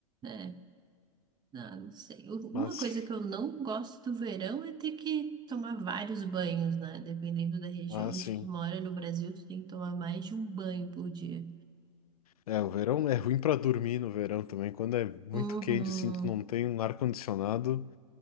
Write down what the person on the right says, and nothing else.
é, ah, não sei. U-
Uma coisa que eu não gosto do verão é ter que tomar vários banhos, né? Dependendo da região
onde
tu mora, no Brasil, tu tem que tomar mais de um banho por dia.
Uhum,